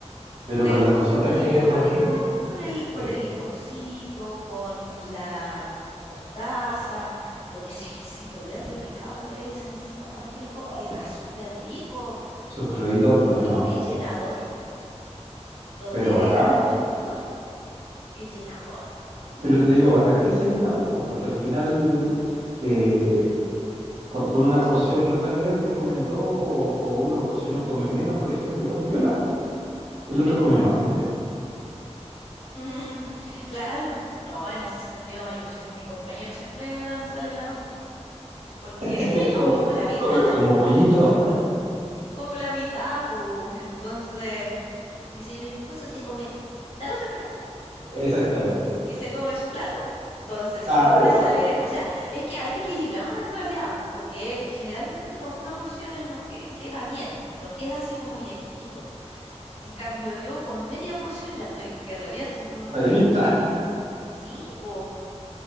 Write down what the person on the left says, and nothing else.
te
es
cosa
de aliñarla
bien nomás pues, con el, con
el limoncito, con la mostaza, con ese ajicito verde picado que le echan encima tan rico,
queda súper rico.
Lo
único
que es llenador, donde
la carne es cruda, es llenador. <laughs>
Mm, Claro, no, en ese sentido yo soy, mi compañero siempre gan- sale ganando, porque
<laughs> yo
como la mitad,
como la mitad, pu. Entonces, mi señor esposo se come la otra mitad.
y se come su plato. po. Entonces
siempre
sale,
o sea, es que ahí equilibramos en realidad, pues, porque generalmente con una porción él no que- queda bien, no queda así como llenito. En cambio yo con media porción ya estoy que reviento, entonces
sí, pues,